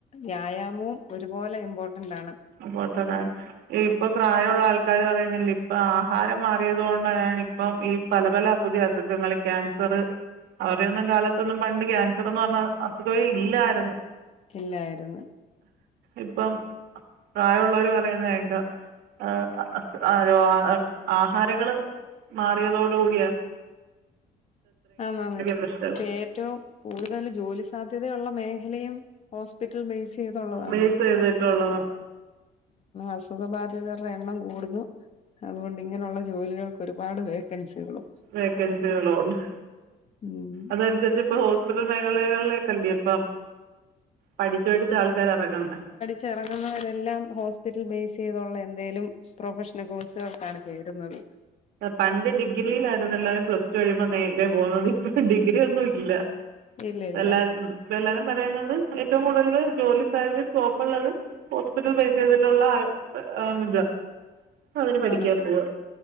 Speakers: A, on the left (about 40°); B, on the right (about 80°).
A: വ്യായാമവും ഒരുപോലെ ഇമ്പോർട്ടന്റ്ണ്.
B: ഇമ്പോർട്ടന്റ് ആണ് ഇപ്പൊ പ്രായമുള്ള ആൾക്കാര് പറയുന്നില്ല ഇപ്പൊ ആഹാരം മാറിയത് കൊണ്ടാണ് ഇപ്പൊ ഈ പല പല പുതിയ അസുഖങ്ങൾ ക്യാൻസർ അവരുന്നും കാലത്തൊന്നും പണ്ട് ക്യാൻസർന്ന് പറഞ്ഞ അസുഖേ ഇല്ലായിരുന്നു.
A: ഇല്ലായിരുന്നു
B: ഇപ്പം പ്രായമുള്ളവര് പറയുന്ന കേക്കാം ആ ആഹാരങ്ങള് മാറിയതോട കൂടിയാ
A: ആണ് ആണ് ഇപ്പ
B: പ്രശ്നങ്ങൾ
A: ഏറ്റവും കൂടുതൽ ജോലി സാധ്യതയുള്ള മേഖലയും ഹോസ്പിറ്റൽ ബേസ് ചെയ്തുള്ളതാണ്
B: ബേസ് ചെയ്തിട്ടുള്ള
A: അസുഖ ബാധിതരുടെ എണ്ണം കൂടുന്നു. അതുകൊണ്ട് ഇങ്ങനെയുള്ള ജോലികൾക്ക് ഒരുപാട് വേക്കൻസികളും
B: വേക്കൻസികളുണ്ട്
A: ഉം
B: അതന്സര്ച്ച്പ്പോ റ്റൽ മേഖലകളിലെക്കല്ല്യേപ്പം പഠിച്ച്പഠിച്ച് ആൾക്കാരെറങ്ങ്ന്നെ
A: ച്ചെറങ്ങുന്നവരെല്ലാം ഹോസ്പിറ്റൽ ബൈസെയ്തുള്ള എന്തേലും പ്രൊഫഷാണൽ കോഴ്സുകൾക്കാണ് ചേരുന്നത്
B: പണ്ട് ഡിഗ്രീയിലായ്ര്ന്നെല്ലാരും പ്ലെസ്ടു കഴിയുമ്പോ നേരെ പോക്ന്നത് ഇപ്പം ഡിഗി ര്യൊന്നുല്ല
A: ഇല്ല ഇല്ല
B: എല്ലാ മ്പെല്ലാരും പറയുന്നത് ഏറ്റവും കൂട്തൽ ജോലി സാധ്യതേ സ്കോപ്പുള്ളത് ഹോസ്പിറ്റൽ ബൈസെയ്തിട്ടുള്ളാ ആംത് അതിന് പഠിക്കാൻ
A: ആണ്
B: പോവാ